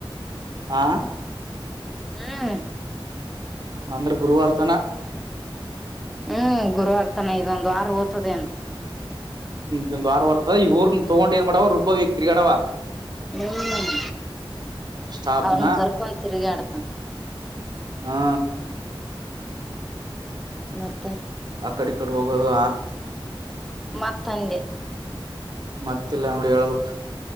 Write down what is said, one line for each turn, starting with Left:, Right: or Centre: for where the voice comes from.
Right: ಆ
Centre: ಹ್ಮ್
Right: ಅಂದ್ರೆ ಗುರುವಾರ ತನ
Centre: ಹ್ಮ್ ಗುರುವಾರ ತನ ಇದೊಂದ್ವಾರ ಹೋಗ್ತದೆ ಅಂತ
Right: ಹ್ಮ್ವಾರರ್ತದ ಇವಊರು ತಗೊಂಡ ಏ ಮಾಡಡವ ರುಬ್ಬ ವ್ಯಕ್ ತಿರ್ಗಾಡ್ವಾ ಡವ
Centre: ಹ್ಮ್
Right: ಸ್ಟಾಪ್ನ
Centre: ಅವರನ್ ಕರ್ಕೊಂಡ್ ತಾಗ್ ತಿರುಗಾಡು
Right: ಹಾ
Centre: ಮತ್ತೆ
Right: ಕಡೆ ಕಡೆ ಹೋಗುವುದು
Centre: ಮತ್ತಂದೆ
Right: ಮತ್ತೆ ಇಲ್ಲ ನೋಡು ಹೇಳಬೇಕು